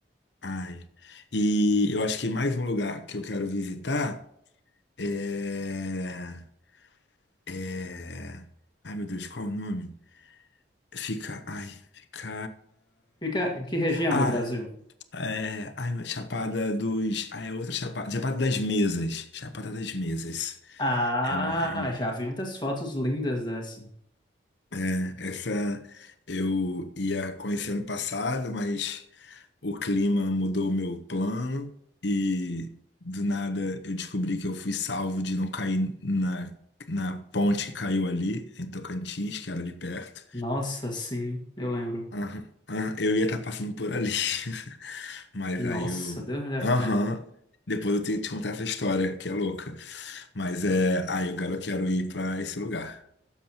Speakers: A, on the left; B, on the left.
A: Ai. E eu acho que mais um lugar que eu quero visitar é... é... Ai, meu Deus, qual é o nome? Fica... Ai, fica...
B: Fica em que região
A: Ah,
B: do Brasil?
A: É, ai, Chapada dos. Ah, é outra Chapada. Chapada das Mesas. Chapada das Mesas.
B: Ah,
A: É uma, é uma.
B: já vi muitas fotos lindas dessa.
A: é, Essa eu ia conhecer ano passado, mas o clima mudou o meu plano e do nada eu descobri que eu fui salvo de não cair na, na ponte que caiu ali, em Tocantins, que era ali perto.
B: Nossa, sim, eu lembro.
A: Aham, aham, eu ia estar passando por ali. <laughs> Mas
B: Nossa,
A: aí eu.
B: Deus me defenda.
A: Aham. Depois eu tenho que te contar essa história, que é louca. Mas é. Aí eu quero, quero ir pra esse lugar